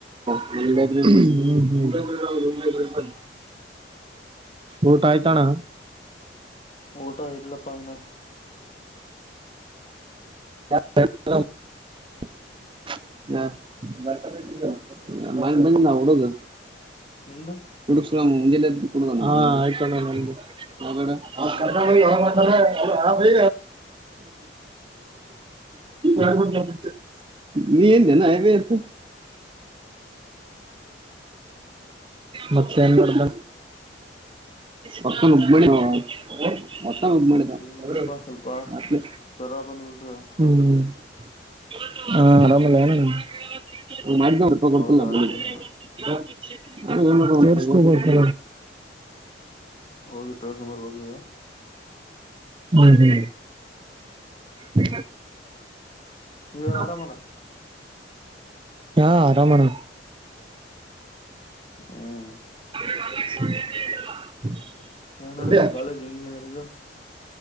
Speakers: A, on the right; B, on the left.
A: <unintelligible> ಹ್ಮ್ ಹ್ಮ್ <unintelligible> ಊಟ ಆಯ್ತ ಅಣ್ಣ
B: ಊಟಾ ಇಲ್ಲ ಅಪ್ಪ ಏನು
A: <unintelligible> ಹಾ <unintelligible> ಮ ಮ ನಾವಡುುದು <unintelligible>
B: ನಿಂದು
A: ಮೂಜನ ಇದು ಕುರುಡನ ಆಯಿತು ಅಣ್ಣ ಹೊಡೆ
B: ಹ್ಮ್
A: ಕರ್ಕೊಂಡ್ ಬಂಡೆಯ <unintelligible> <unintelligible> ಬಾಕ್ಗ್ರೌಂಡ್ ವಾಯ್ಸ್ ಮತ್ತೆ ನ್ ಮಾಡ್ದ ಪಕ್ಕನ್ ಉಬ್ಬಿ <unintelligible> ಹೊಷ ಹ
B: ಮತ್ತೇನಿಲ್ಲಪ್ಪಾ
A: ಇವರು <unintelligible>
B: ಸ್ವಲ್ಪ ಜ್ವರ ಬಂದ್ಬಿಟ್ಟದ
A: ಹ್ಮ್ <unintelligible> ಹಾ ಆರಾಮಲ್ಲ ಏನು ಅಣ್ಣ ಮಾಡಿದಡ್ಪ ಕೊಡ್ತಲ್ಲ
B: ಹೌದು
A: <unintelligible>
B: ಆರಾಮಿಲ್ಲ
A: ತೋರ್ಸೋ ಬೇಕು
B: ಹೋಗಿ ತೋರ್ಸ್ಕೊಂಡ್ ಬರ್ಬೇಕು ಈಗ
A: ಅಣ್ಣ <inaudible> <unintelligible> <unintelligible> ಹ್ಮ
B: ನೀವೆಲ್ಲ ಆರಾಮಲ್ಲ
A: <unintelligible> <unintelligible> ಹಾ ಆರಾಮ ಅಣ್ಣ
B: ಹ್ಮ್
A: <unintelligible> <inaudible>
B: ಹೆಂಗ ನೋಡದ
A: ಅದೇ
B: ಕಾಲೇಜ್ ಇಂಜಿನಿಯರಿಗು